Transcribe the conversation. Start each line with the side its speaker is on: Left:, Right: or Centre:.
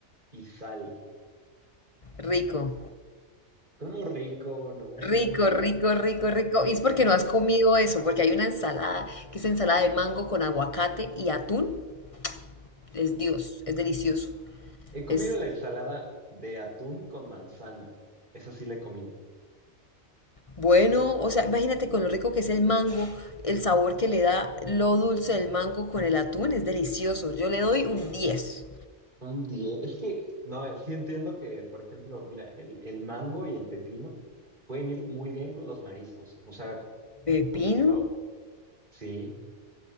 Right: y sal.
Left: rico.
Right: ¡Cómo rico! No,
Left: Rico,
Right: no, no.
Left: rico, rico, rico. Y es porque no has comido eso, porque hay una ensalada que es ensalada de mango con aguacate y atún. Es
Right: Mm.
Left: Dios, es delicioso.
Right: He comido
Left: Es
Right: la ensalada de atún con manzana. Esa sí la he comido.
Left: Bueno, o sea, imagínate con lo rico que es el mango, el sabor que le da lo dulce del mango con el atún, es delicioso. Yo le doy un diez
Right: Un diez. Es que, no, eh, sí entiendo que, por ejemplo, mira, el, el mango y el pepino pueden ir muy bien con los mariscos. O sea,
Left: Pepino,
Right: Por ejemplo, sí,